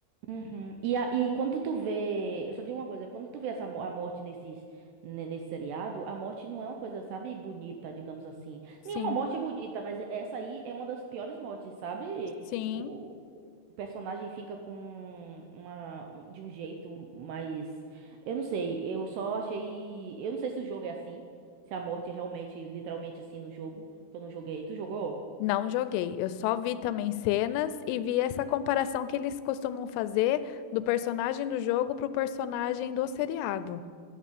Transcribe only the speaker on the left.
Sim.
Sim.
Não joguei, eu só vi também cenas e vi essa comparação que eles costumam fazer do personagem do jogo pro personagem do seriado.